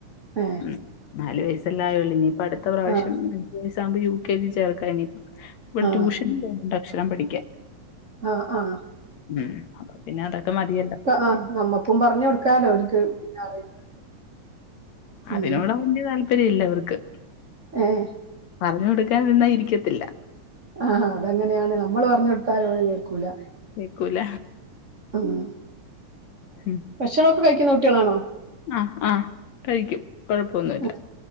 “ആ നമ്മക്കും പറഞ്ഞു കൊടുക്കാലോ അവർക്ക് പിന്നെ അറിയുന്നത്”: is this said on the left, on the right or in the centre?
Right